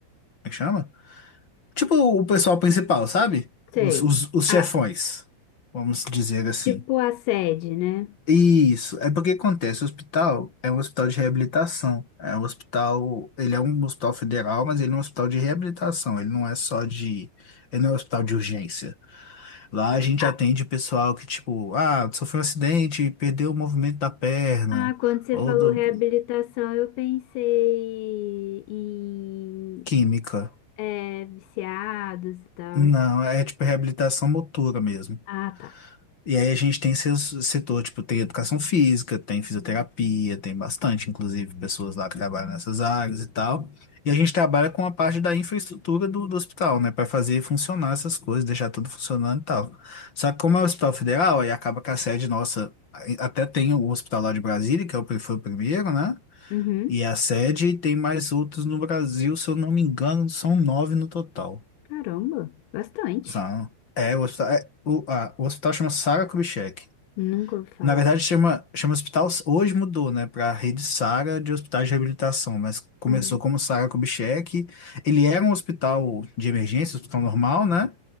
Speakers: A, on the left; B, on the left.
A: é que chama? Tipo o pessoal principal, sabe?
B: sei.
A: Os, os, os
B: Ah,
A: chefões, vamos dizer assim.
B: tipo a sede, né?
A: Isso, é porque acontece, o hospital é um hospital de reabilitação, é um hospital, ele é um hospital federal, mas ele é um hospital de reabilitação, ele não é só de, ele não é um hospital de urgência. Lá a gente
B: Ah,
A: atende pessoal que, tipo, ah, sofreu um acidente, perdeu o movimento da perna,
B: ah, quando você
A: ou
B: falou
A: do,
B: reabilitação, eu pensei em
A: química.
B: é, viciados e tal.
A: Não, é tipo reabilitação motora mesmo.
B: Ah, tá.
A: E aí a gente tem seu setor, tipo, tem educação física, tem fisioterapia, tem bastante, inclusive, pessoas lá que trabalham nessas áreas e tal. E a gente trabalha com a parte da infraestrutura do, do hospital, né, para fazer funcionar essas coisas, deixar tudo funcionando e tal. Só que como é o Hospital Federal, aí acaba que a sede nossa, aí até tem o hospital lá de Brasília, que é o, pri- foi o primeiro, né?
B: Uhum.
A: E a sede e tem mais outros no Brasil, se eu não me engano, são nove no total,
B: Caramba, bastante.
A: sabe? É, o hospital, é, o, a- o hospital chama Sara Kubitschek.
B: Nunca ouvi falar.
A: Na verdade, chama, chama hospital. Hoje mudou, né, para Rede Sara de Hospitais de Reabilitação, mas começou
B: Ah,
A: como Sara Kubitschek. Ele era um hospital de emergência, hospital normal, né?